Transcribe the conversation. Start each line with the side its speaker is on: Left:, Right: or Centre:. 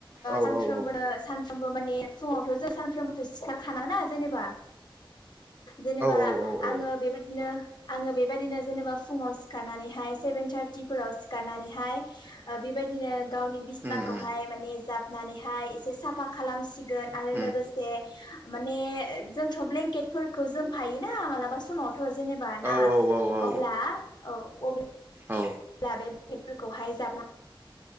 Right: औ
Left: सानफ्रोमबो
Right: औ औ
Left: सान ओमबो माने फुङावथ' जों सानफ्रोमबोथ' सिखारखानाङो ना जेनेबा जेनेबा
Right: औ औ औ
Left: आङो बेबायदिनो आङो बेबायदिनो जेनेबा फुङाव सिखारनानैहाय सेभेन थार्टिफोराव सिखारनानै हाय ओ बेबायदिनो गावनि बिसिनाखौहाय
Right: उम उम
Left: माने जाब नानैहाय एसे साफा खालामसि गोन आरो
Right: उम
Left: लोगोसे माने जोंथ' ब्लेंकेट फोरखौ जोम फायोना मालाबा समाव थ जेनेबा ना
Right: औ औ औ औ
Left: अब्ला औ अब ब्ला
Right: औ
Left: बे बेफोरखौहाय जाबना